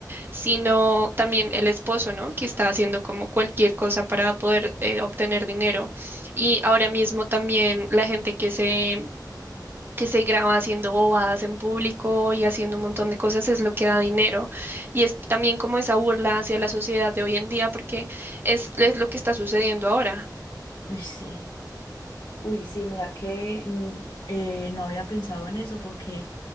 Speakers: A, on the right (about 30°); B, on the left (about 85°).
A: sino también el esposo, ¿no? Que está haciendo como cualquier cosa para poder eh, obtener dinero. Y ahora mismo también la gente que se que se graba haciendo bobadas en público y haciendo un montón de cosas es lo que da dinero. Y es también como esa burla hacia la sociedad de hoy en día porque es, es lo que está sucediendo ahora.
B: Uy, sí. Uy, sí, mira que mm, eh, no había pensado en eso porque